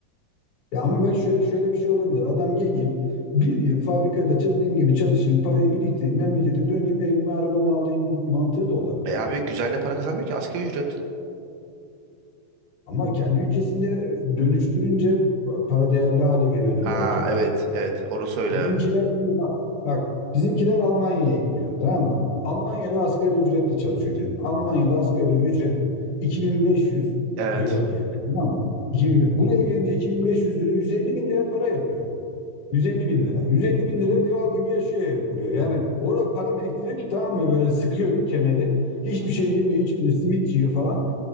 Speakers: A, on the left; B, on the right.
A: Ya ama bak şöyle şöyle bir şey olabilir. Adam geleyim bir yıl fabrikada çılgın gibi çalışayım, parayı biriktireyim, memlekete döneyim, evime arabamı alayım mantığı da olabilir
B: E abi
A: yani.
B: güzel de para kazanmıyor ki asgari ücret.
A: Ama kendi ülkesinde dönüştürünce para değerli hale geliyordur
B: Ha
A: belki.
B: evet evet orası öyle
A: Bizimkiler
B: evet.
A: şimdi bak, bak bizimkiler Almanya'ya gidiyor tamam mı? Almanya'da asgari ücretle çalışıyor diyelim. Almanya'da asgari ücret 2500 euro
B: Evet.
A: diyelim. Tamam mı? 2000. Buraya gelince 2500 lira 150 lira para yapıyor. 150 bin lira. 150 bin lira kral gibi yaşıyor herif buraya. Yani oraya para biriktirip tamam mı böyle sıkıyor kemeri. Hiçbir
B: Hı hı.
A: şey yemiyor, içmiyor, simit yiyor falan.